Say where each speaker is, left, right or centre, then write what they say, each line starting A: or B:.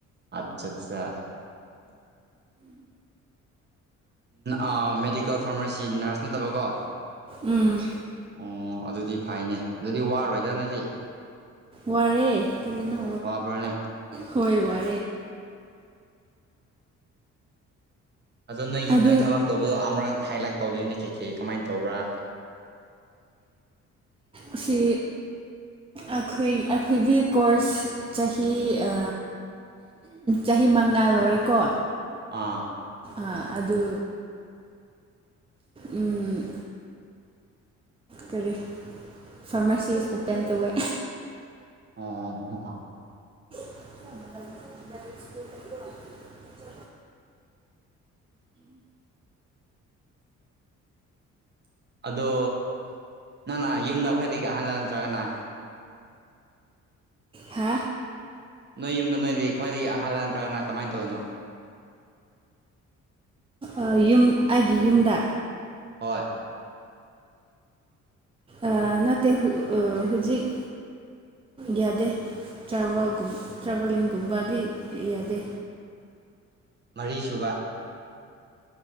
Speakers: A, on the right; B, on the right.
A: ꯑꯠꯆꯥ ꯆꯥ ꯑꯩ ꯃꯦꯗꯤꯀꯦꯜ ꯐꯥꯔꯃꯥꯁꯤ ꯅꯔꯁ ꯅꯠꯇꯕꯀꯣ
B: ꯎꯝ
A: ꯑꯣ ꯑꯗꯨꯗꯤ ꯐꯩꯅꯦ ꯑꯗꯨꯗꯤ ꯋꯥꯔꯣꯏꯗ ꯅ‌ꯣꯏꯗꯤ
B: ꯋꯥꯔꯦ ꯀꯔꯤꯅꯣ
A: ꯋꯥꯕ꯭ꯔꯥꯅꯦ
B: ꯍꯣꯏ ꯋꯥꯏ
A: ꯑꯗꯣ ꯅꯣꯏꯒꯤ
B: ꯑꯗꯨ
A: ꯅꯣꯏ ꯊꯕꯛ ꯇꯧꯕꯗꯣ ꯑꯃꯔꯛ ꯍꯥꯏꯂꯥꯏꯠ ꯇꯧꯕꯤꯌꯨꯅ ꯀꯩꯀꯩ ꯀꯃꯥꯏꯅ ꯇꯧꯕ꯭ꯔꯥ
B: ꯑꯁꯤ ꯑꯩꯈꯣꯏ ꯑꯩꯈꯣꯏꯒꯤ ꯀꯣꯔꯁ ꯆꯍꯤ ꯑ ꯆꯍꯤ ꯃꯉꯥꯜ ꯂꯣꯏꯔꯤꯀꯣ
A: ꯑꯥ
B: ꯑ ꯑꯗꯨ ꯎꯝ ꯀꯔꯤ ꯐꯥꯔꯃꯥꯁꯤꯁ ꯑꯣꯄꯦꯟ ꯇꯧꯋꯦ
A: ꯑꯣ
B: <inaudible>
A: ꯑꯗꯣ ꯅꯪꯅ ꯌꯨꯝꯗ ꯑꯩꯈꯣꯏꯗꯒꯤ ꯑꯍꯜꯂ ꯅꯠꯇ꯭ꯔꯒꯅ
B: ꯍꯥ
A: ꯅꯣꯏ ꯌꯨꯝꯗ ꯅꯣꯏꯗꯤ ꯈ꯭ꯋꯥꯏꯗꯒꯤ ꯑꯍꯜ ꯅꯠꯇ꯭ꯔꯒꯅ ꯀꯃꯥꯏꯅ ꯇꯧꯔꯤꯅꯣ
B: ꯑ ꯌꯨꯝ ꯑꯩꯒꯤ ꯌꯨꯝꯗ
A: ꯍꯣꯏ
B: ꯑ-ꯎ ꯅꯠꯇ‌ꯦ ꯍꯧꯖꯤꯛ ꯌꯥꯗꯦ ꯇ꯭ꯔꯥꯕꯦꯜꯒꯨꯝ ꯇ꯭ꯔꯥꯕꯂꯤꯡꯒꯨꯝꯕꯗꯤ ꯌꯥꯗꯦ
A: ꯃꯔꯤꯁꯨꯕ